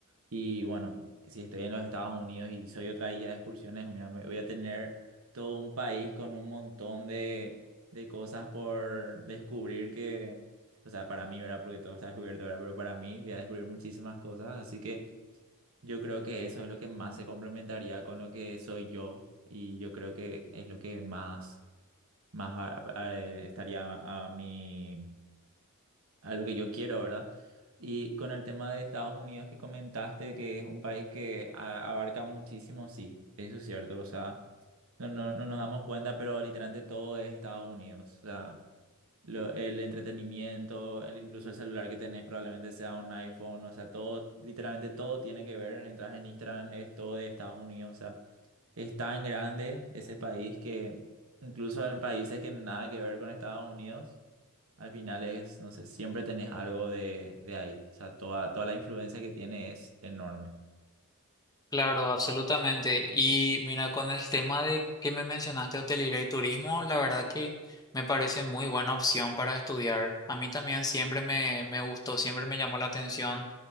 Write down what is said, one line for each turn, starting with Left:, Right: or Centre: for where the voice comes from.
Right: Y bueno, si estoy en los Estados Unidos y soy otra guía de excursiones, mira, me- voy a tener todo un país con un montón de, de cosas por descubrir que, o sea, para mí, ¿verdad? Porque todo está descubierto, ¿verdad? Pero para mí voy a descubrir muchísimas cosas, así que yo creo que eso es lo que más se complementaría con lo que soy yo y yo creo que es lo que más, más va- eh, estaría a, mi a lo que yo quiero, ¿verdad? Y con el tema de Estados Unidos que comentaste, que es un país que a- abarca muchísimo, sí, eso es cierto, o sea, no, no, no nos damos cuenta, pero literalmente todo es Estados Unidos, o sea, lo- el entretenimiento, el, incluso el celular que tenés probablemente sea un iPhone, o sea, todo, literalmente todo tiene que ver, entras en Instagram, es todo de Estados Unidos, o sea, es tan grande ese país que incluso en países que nada que ver con Estados Unidos, al final es, no sé, siempre tenés algo de, de ahí, o sea, toda, toda la influencia que tiene es enorme,
Left: Claro, absolutamente. Y mira, con el tema de que me mencionaste hotelería y turismo, la verdad que me parece muy buena opción para estudiar. A mí también siempre me, me gustó, siempre me llamó la atención.